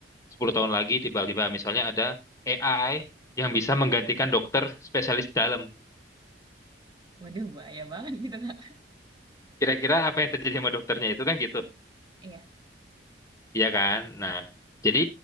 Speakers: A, on the left; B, on the right.
A: 10 tahun lagi tiba-tiba misalnya ada AI yang bisa menggantikan dokter spesialis dalam.
B: Waduh, bahaya banget gitu kak.
A: Kira-kira apa yang terjadi sama dokternya itu kan gitu.
B: Iya.
A: Iya kan? Nah, jadi